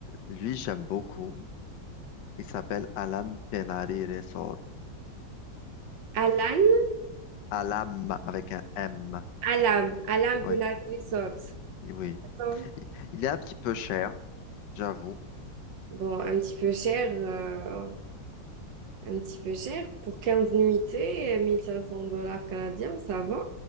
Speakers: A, on the left; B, on the right.
A: lui, j'aime beaucoup. Il s'appelle Alam Penari Resort.
B: Alan,
A: Alam, avec un M.
B: Alam, Alam
A: Oui,
B: Penal Resort.
A: oui.
B: Attends.
A: Il est un petit peu cher, j'avoue.
B: Bon, un petit peu cher, euh, un petit peu cher pour 15 nuitées, 1500 dollars canadiens, ça va.